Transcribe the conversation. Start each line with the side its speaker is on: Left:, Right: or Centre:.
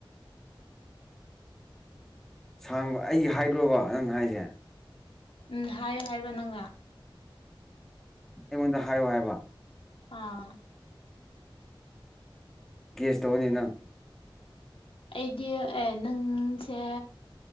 Centre: ꯁꯥꯡꯕ ꯑꯩ ꯍꯩꯢꯠꯔꯣꯕꯣ ꯅꯪ ꯍꯥꯏꯁꯦ
Left: ꯎꯝ ꯍꯥꯏꯌꯨ ꯍꯥꯏꯕ ꯅꯪꯅ
Centre: ꯑꯩꯉꯣꯟꯗ ꯍꯥꯏꯌꯣ ꯍꯥꯏꯕ
Left: ꯑꯥ
Centre: ꯒꯦꯁ ꯇꯧꯑꯣꯅꯦ ꯅꯪ
Left: ꯑꯩꯗꯤ ꯑꯦ ꯅꯪꯁꯦ